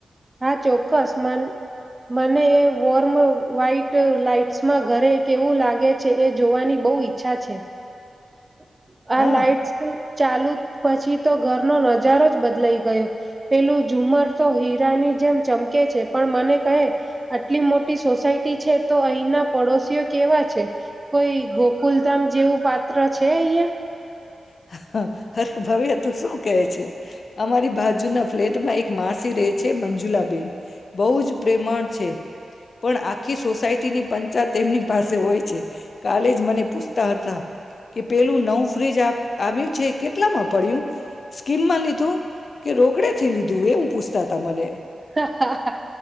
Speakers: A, on the right (about 15°); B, on the left (about 50°).
A: હા ચોક્કસ મન મને એ વોર્મ વ્હાઈટ લાઈટ્સમાં ઘરે કેવું લાગે છે એ જોવાની બહુ ઈચ્છા છે. <inaudible>
B: હા
A: આ લાાઈટ્સ ચાલુ પછી તો ઘરનો નજારો જ બદલાઈ ગયો પેલું ઝુમર તો હીરાની જેમ ચમકે છે પણ મને કહે આટલી મોટી સોસાયટી છે તો અહીના પડોશીઓ કેવા છે કોઈ ગોકુલધામ જેવું કા <unintelligible> છે અહીંયા.
B: હા. હા હર્ષ <unintelligible> સું કહે છે. અમારી બાજુના ફ્લેટમાં એક માસી રહે છે મંજુલાબેન બહુ જ પ્રેમાણ છે પણ આખી સોસાયટીની પંચાત તેમની પાસે હોય છે કાલે જ મને પૂછતા હતા કે પેલું નવું ફ્રીજ આ આવ્યું છે કેટલામાં પડ્યું સ્કીમમાં લીધું કે રોકડે થી લીધું એવું પૂછતા હતા મને.
A: હા આહા. આ